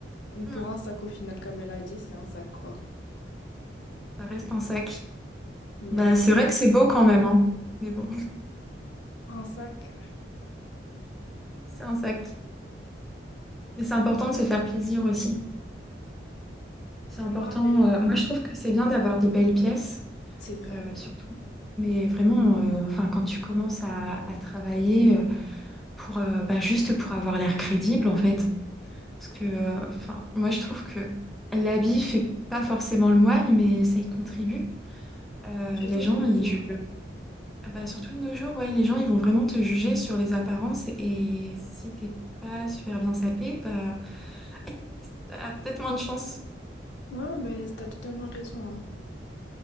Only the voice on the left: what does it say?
Pour un sac, au final, comme elle a dit, c'est un sac, quoi.
Mais
un-
pour un sac,
moi, la vérité,
c'est vrai.
Surtout
de nos
jours.
Ouais, ben, t'as totalement raison. hein.